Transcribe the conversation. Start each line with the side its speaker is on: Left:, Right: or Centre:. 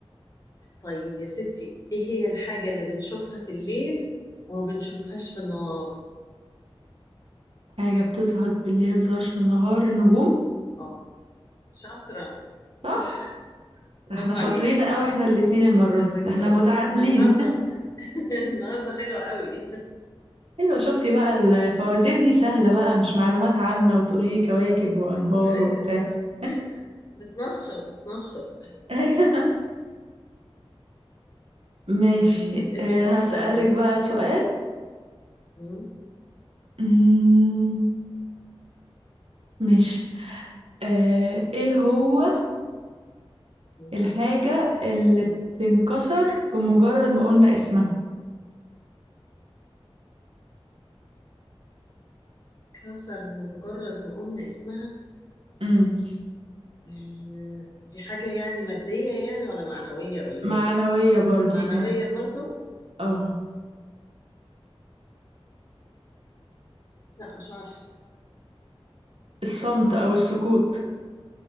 Left: طيب يا ستي ايه هي الحاجة اللي بنشوفها في الليل وما بنشوفهاش في النهار
Right: حاجة بتظهر بالليل ومبتظهرش بالنهار النجوم
Left: اه شاطرة
Right: صح
Left: صح برافو
Right: ده احنا شاطرين
Left: عليكي
Right: قوي
Left: اه
Right: احنا الاتنين المرة
Left: النجوم
Right: دي ده احنا متعادلين
Left: النهارده
Right: <laughs>
Left: <laughs> النهارده حلوه قوي
Right: ايوه شفتي بقى الفوازير دي سهلة بقى مش معلومات عامة وتقولي لي كواكب
Left: <laughs>
Right: وانهار
Left: ايوه ايوه
Right: وبتاع
Left: بس
Right: <laughs>
Left: بتنشط بتنشط
Right: ايوه ماشي
Left: آه، انت
Right: اه
Left: بقى تسألين
Right: هسألك بقى سؤال
Left: مم،
Right: مم، ماشي اه ايه هو
Left: ايوه
Right: الحاجة اللي بتنكسر بمجرد ما قلنا اسمها
Left: انكسر بمجرد ما قلنا اسمها
Right: مم،
Left: آه، دي حاجة يعني مادية يعني ولا معنوية ولا
Right: معنوية
Left: ايه
Right: برضو
Left: معنوية
Right: تاني
Left: برضو
Right: اه
Left: لا مش عارفة
Right: الصمت او السكوت